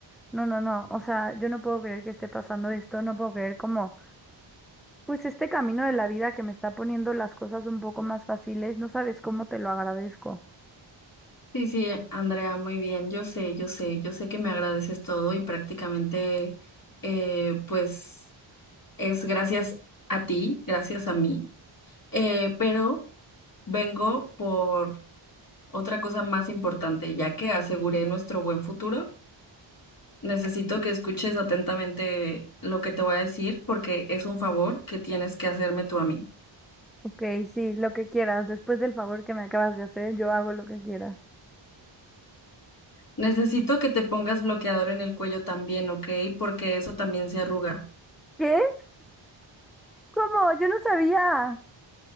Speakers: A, in the centre; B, on the left (about 45°).
A: No, no, no, o sea, yo no puedo creer que esté pasando esto, no puedo creer cómo pues este camino de la vida que me está poniendo las cosas un poco más fáciles, no sabes cómo te lo agradezco.
B: sí, sí, Andrea, muy bien, yo sé, yo sé, yo sé que me agradeces todo y prácticamente, eh, pues, es gracias a ti, gracias a mí. Eh, pero vengo por otra cosa más importante, ya que aseguré nuestro buen futuro. Necesito que escuches atentamente lo que te voy a decir porque es un favor que tienes que hacerme tú a mí.
A: Ok, sí, lo que quieras. Después del favor que me acabas de hacer, yo hago lo que quieras.
B: Necesito que te pongas bloqueador en el cuello también, ¿ok? Porque eso también se arruga.
A: ¿Qué? ¿Cómo? Yo no sabía.